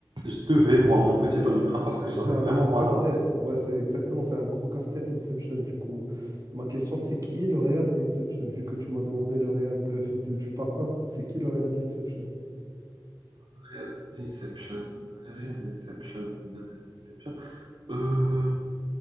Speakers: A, on the right; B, on the right.
A: je devais boire mon
B: Ouais,
A: petit
B: c'est
A: Doliprane
B: un c'est-
A: parce
B: c'est-
A: que j'avais
B: c'est un
A: vraiment
B: gros casse-tête.
A: mal à la tête.
B: Ouais, c'est exactement, c'est un gros casse-tête Inception. Du coup, ma question, c'est qui est le réel de Inception? Vu que tu m'as demandé le réel de, de- du parrain, c'est qui le réel d'Inception?
A: Regarde Deception. Regarde Deception. Regarde Deception. Euh,